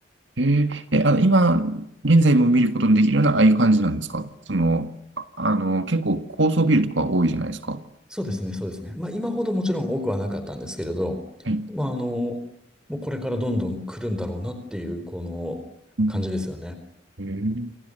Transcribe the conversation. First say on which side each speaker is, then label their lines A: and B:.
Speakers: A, on the right (about 70°); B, in the centre.
A: えー、え、あの、今、現在も見ることのできるような、ああいう感じなんですかその、ああの、結構高層ビルとか多いじゃないですか。
B: そうですね、そうですね。まあ、今ほどもちろん多くはなかったんですけれど、
A: はい。
B: まあ、あの、もうこれからどんどん来るんだろうなっていう、この感じですよね。
A: うん。えー、